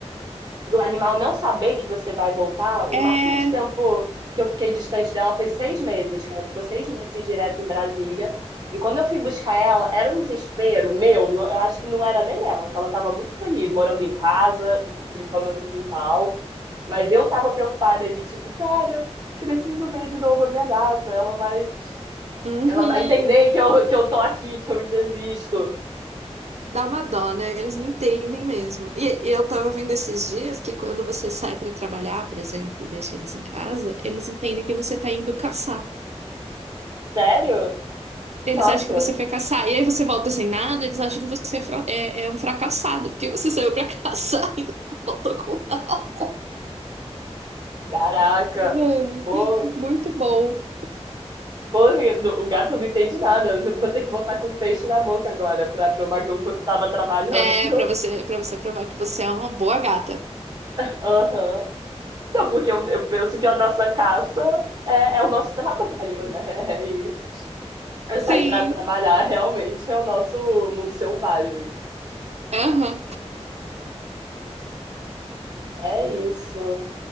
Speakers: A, on the right; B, on the right.
A: do animal não saber que você vai voltar, o
B: É.
A: máximo de tempo que eu fiquei distante dela foi seis meses, que ela ficou seis meses direto em Brasília. E quando eu fui buscar ela, era um desespero meu, não- eu acho que não era nem ela, que ela estava muito feliz morando em casa, brincando no quintal, mas eu estava preocupada de tipo, cara, preciso ver de novo a minha gata, ela vai,
B: Uhum.
A: ela vai entender que eu, que eu tô aqui, que eu ainda existo.
B: Dá uma dó, né? Eles não entendem mesmo. E, e eu tava vendo esses dias que quando você sai pra trabalhar, por exemplo, e deixa eles em casa, eles entendem que você tá indo caçar.
A: Sério?
B: Eles
A: Nossa,
B: acham que você foi caçar. E aí você volta sem nada, eles acham que você é, fra- é- é um fracassado, porque você saiu pra <laughs> caçar e não voltou com nada.
A: caraca.
B: Mano,
A: Pô,
B: <laughs> muito bom.
A: Pô, o gato não entende nada. Eu vou ter que botar com peixe na boca agora pra provar que eu fu- tava trabalhando.
B: É,
A: <laughs>
B: pra você, para você provar que você é uma boa gata.
A: Aham. Não, porque eu, eu penso que a nossa caça é, é o nosso trabalho, né? <laughs> E
B: Sim.
A: sair pra trabalhar realmente é o nosso mundo selvagem.
B: Aham.
A: É isso.